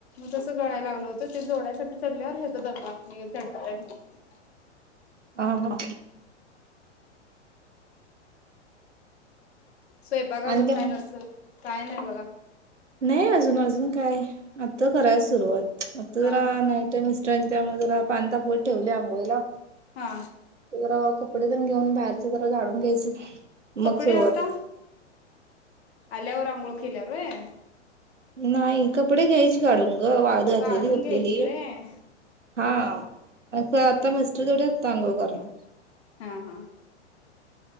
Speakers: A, on the left; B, on the right.
A: तसं गळाय लागलं होतं, ते जोडण्यासाठी चढल्यावर हे चा दंगा, मी चढणार हाय म्हणून.
B: आ हा.
A: स्वयपाक
B: आणि
A: अजून काय
B: मग
A: नसल? काय नाय बघा.
B: नाही अजून, अजून काय आता कराय सुरुवात. आता
A: हा
B: जरा
A: हा
B: नाईटाय मिस्टांची त्यामुळे जरा पाणी तापवू ठेवलय अंघोळीला.
A: हा
B: जरा कपडे तेन घेऊन बाहेर च जरा झाडून घ्यायचं.
A: कपडे
B: मग सुरुवात
A: आता? आल्यावर आंघोळ केेल्यावर व्हय.
B: नाही कपडे घ्यायच काढून ग वाळत घातलेली.
A: काढून
B: धुतलेली
A: घ्यायची व्हय
B: हा असं आता मिस्टर थोडी आत्ता आंघोळ करणार.
A: हा हा